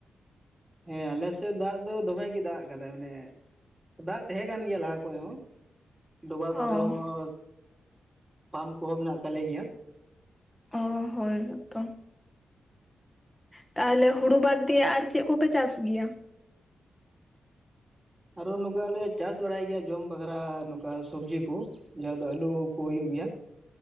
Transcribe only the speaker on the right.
ᱦᱮᱸ ᱟᱞᱮ ᱥᱮᱡ ᱫᱟᱜ ᱫᱚ ᱫᱚᱢᱮ ᱜᱮᱭ ᱫᱟᱜ ᱠᱟᱫᱟᱭ ᱢᱟᱱᱮ ᱫᱟᱜ ᱛᱟᱦᱮᱸ ᱠᱟᱱ ᱜᱮᱭᱟ ᱞᱟᱦᱟ ᱠᱷᱚᱡ ᱦᱚᱸ, ᱰᱚᱵᱟ
ᱠᱚᱨᱮ ᱦᱚᱸ ᱯᱟᱢᱯ ᱠᱚᱦᱚᱸ ᱢᱮᱱᱟᱜ ᱛᱟᱞᱮ ᱜᱮᱭᱟ,
ᱟᱨᱚ ᱱᱚᱠᱟᱞᱮ ᱪᱟᱥ ᱵᱟᱲᱟᱭ ᱜᱮᱭᱟ ᱡᱚᱢ ᱵᱟᱠᱷᱨᱟ ᱱᱚᱠᱟ ᱥᱚᱵᱡᱤ ᱠᱩ᱾ ᱡᱟᱦᱟᱸ ᱫᱚ ᱟᱹᱞᱩ ᱠᱚ ᱦᱩᱭᱩᱜ ᱜᱮᱭᱟ